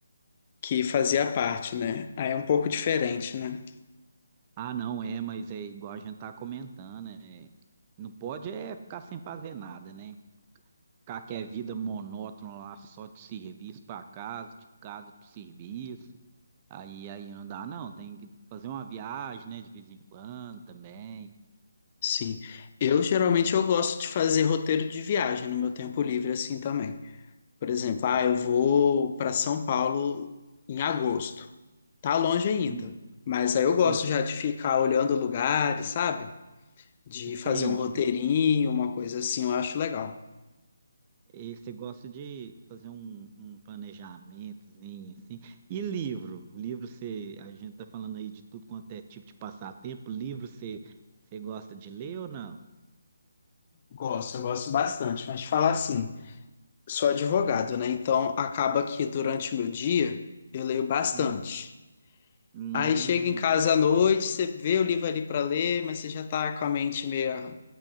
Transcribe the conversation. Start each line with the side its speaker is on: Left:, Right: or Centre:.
Left: que fazia parte, né? Aí é um pouco diferente, né?
Right: Ah, não, é, mas é igual a gente tá comentando, é, não pode é ficar sem fazer nada, né? Ficar que é vida monótona lá, só de serviço pra casa, de casa pro serviço. Aí, aí não dá, não. Tem que fazer uma viagem, né, de vez em quando também.
Left: Sim. Eu geralmente eu gosto de fazer roteiro de viagem no meu tempo livre assim também. Por exemplo, ah, eu vou para São Paulo em agosto. Tá longe ainda,
Right: Hum,
Left: mas aí eu gosto
Right: uhum,
Left: já de ficar olhando lugares, sabe? De
Right: entendi.
Left: fazer um roteirinho, uma coisa assim, eu acho legal.
Right: E você gosta de fazer um, um planejamentozinho, assim. E livro? Livro você, a gente tá falando aí de tudo quanto é tipo de passatempo. Livro você, você gosta de ler ou não?
Left: Gosto, eu gosto bastante, mas te falar assim, sou advogado, né? Então acaba que durante o meu dia eu leio bastante.
Right: Hum, hum,
Left: Aí chega em casa à noite, você vê o livro ali para ler, mas você já tá com a mente meio